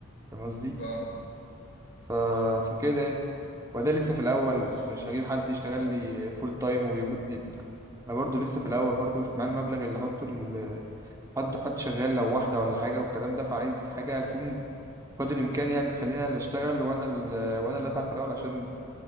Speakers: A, on the right; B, on the left.
A: فاهم قصدي
B: فاهمك
A: ف... فكده يعني وده لسه في الاول
B: بص
A: مش هجيب حد يشتغل
B: اه
A: لي فول تايم وياخد لي انا برضو لسه في الاول برضو مش معايا المبلغ اللي احطه ال... حد حد شغال لو واحدة ولا حاجة والكلام ده فعايز حاجة أكون
B: امم
A: قدر الامكان يعني تخلينا اللي اشتغل وانا اللي وانا اللي اتعب في الاول عشان